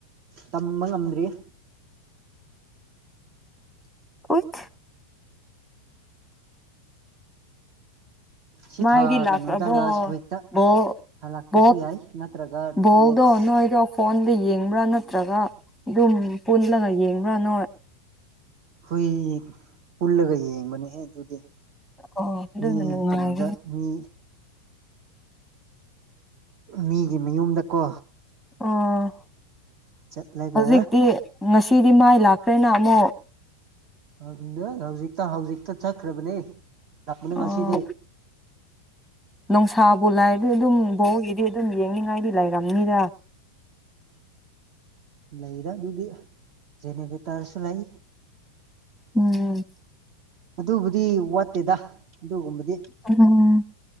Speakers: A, on the right (about 45°); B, in the centre.
A: ꯇꯝꯕ ꯉꯝꯗ꯭ꯔꯤꯌꯦ
B: ꯎꯏꯠ
A: ꯁꯤ
B: ꯃꯥꯏꯗꯤ
A: ꯊꯥ
B: ꯂꯥꯛꯈ꯭ꯔꯕꯣ
A: ꯀꯩꯅꯣꯗ ꯂꯥꯁ ꯋꯤꯛꯇ
B: ꯕꯣꯜ
A: ꯍꯜꯂꯛꯄꯁꯨ
B: ꯕꯣꯜ
A: ꯌꯥꯏ ꯅꯠꯇ꯭ꯔꯒ
B: ꯕꯣꯜꯗꯣ
A: ꯅꯦꯛꯁ
B: ꯅꯣꯏꯗꯣ ꯐꯣꯟꯗ ꯌꯦꯡꯕ꯭ꯔꯥ ꯅꯠꯇ꯭ꯔꯒ ꯑꯗꯨꯝ ꯄꯨꯜꯂꯒ ꯌꯦꯡꯕ꯭ꯔꯥ ꯅꯣꯏ
A: ꯈꯨꯏ ꯄꯨꯜꯂꯒ ꯌꯦꯡꯕꯅꯦꯍꯦ ꯑꯗꯨꯗꯤ
B: ꯑꯣ ꯑꯗꯨꯅ
A: ꯃꯤ
B: ꯅꯨꯡꯉꯥꯏꯒꯅꯤ
A: ꯀꯩꯅꯣꯗ ꯃꯤ ꯃꯤꯒꯤ ꯃꯌꯨꯝꯗ ꯀꯣ
B: ꯑꯣ
A: ꯆꯠꯂꯒ
B: ꯍꯧꯖꯤꯛꯇꯤ ꯉꯁꯤꯗꯤ ꯃꯥꯏ ꯂꯥꯛꯈ꯭ꯔꯦꯅ ꯑꯃꯨꯛ
A: ꯑꯗꯨ ꯍꯧꯖꯤꯛꯇ ꯍꯧꯖꯤꯛꯇ ꯆꯠꯈ꯭ꯔꯕꯅꯦ ꯂꯥꯛꯄꯅꯦ ꯉꯁꯤꯗꯤ
B: ꯑꯣ ꯅꯨꯡꯁꯥꯕꯨ ꯂꯥꯏꯔꯗꯤ ꯑꯗꯨꯝ ꯕꯣꯜꯒꯤꯗꯤ ꯑꯗꯨꯝ ꯌꯦꯡꯅꯤꯡꯉꯥꯏꯗꯤ ꯂꯩꯔꯝꯅꯤꯗ
A: ꯂꯩꯗ ꯑꯗꯨꯗꯤ ꯖꯦꯅꯦꯔꯦꯇꯥꯔꯁꯨ ꯂꯩ
B: ꯎꯝ
A: ꯑꯗꯨꯕꯨꯗꯤ ꯋꯥꯠꯇꯦꯗ ꯑꯗꯨꯒꯨꯝꯕꯗꯤ
B: ꯎꯝ